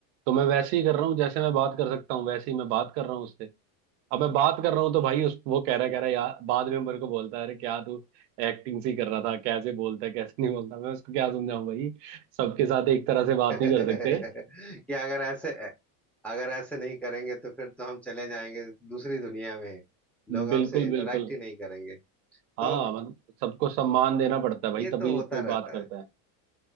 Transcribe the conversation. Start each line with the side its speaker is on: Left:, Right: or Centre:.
Right: तो मैं वैसे ही कर रहा हूँ जैसे मैं बात कर सकता हूँ वैसे ही मैं बात कर रहा हूँ उससे अब मैं बात कर रहा हूँ तो भाई उस वो कह रहा
Centre: <laughs>
Right: कह रहा यार बाद में मेरे को बोलता है अरे क्या तू एक्टिंग सी कर रहा था कैसे बोलता है कैसे नहीं बोलता मैं उसको क्या समझाऊं भाई सबके साथ एक तरह से बात
Centre: <laughs>
Right: नहीं कर सकते
Centre: क्या अगर ऐसे अगर ऐसे नहीं करेंगे तो फिर तो हम चले जाएंगे दूसरी दुनिया में
Right: <laughs>
Centre: लोग हमसे
Right: बिल्कुल
Centre: इंटरेक्ट
Right: बिल्कुल
Centre: ही नहीं करेंगे
Right: हाँ
Centre: तो
Right: मतलब सबको सम्मान देना पड़ता है भाई
Centre: ये
Right: तभी
Centre: तो होता
Right: कोई बात
Centre: रहता
Right: करता
Centre: है
Right: है